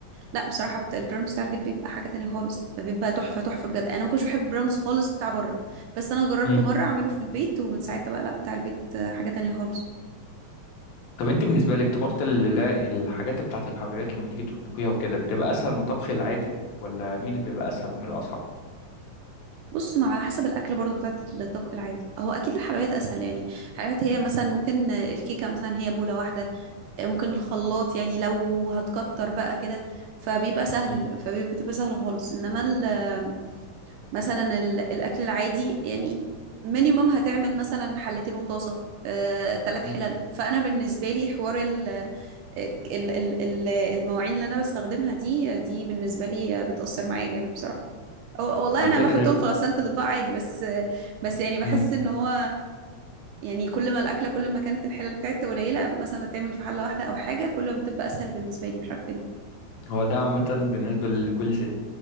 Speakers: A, on the right; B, on the left.
A: لا بصراحه بتاع البراونس بتاع البيت بيبقى حاجه تانية خالص بيبقى تحفه تحفه بجد انا ما كنتش بحب البراونس خالص بتاع بره بس انا جربته
B: امم
A: مره اعمله في البيت ومن ساعتها بقى لا بتاع البيت آه، حاجه تانية خالص
B: طب انت بالنسبه لك طبخت ال- لا، الحاجات بتاعه الحلويات لما تيجي تطبخيها وكده بتبقى اسهل من الطبخ العادي ولا مين اللي بيبقى اسهل ومين الاصعب
A: بص ما على حسب الاكل برضو بتاعت الطبخ العادي هو اكيد الحلويات اسهل يعني الحلويات هي مثلا ممكن آه، الكيكه مثلا هي بوله واحده آه، ممكن الخلاط يعني لو هتكتر بقى كده فبيبقى سهل
B: امم
A: فبتبقى سهله خالص انما ال مثلا ال- الاكل العادي يعني مينيمم هتعمل مثلا حلتين وطاسه آه، تلات
B: امم
A: حلل فانا بالنسبه لي حوار ال ال- ال- ال- المواعين اللي انا بستخدمها دي دي بالنسبه لي بتاثر معايا جامد بصراحه أو- والله
B: على
A: انا
B: فكره
A: بحطهم في غساله الاطباق عادي بس بس يعني بحس
B: امم
A: ان هو يعني كل ما الاكله كل ما كانت الحلل بتاعتها قليله مثلا بتعمل في حله واحده او حاجه كل ما بتبقى اسهل بالنسبه لي مش عارفه ليه
B: هو ده عامه بالنسبه لكل ست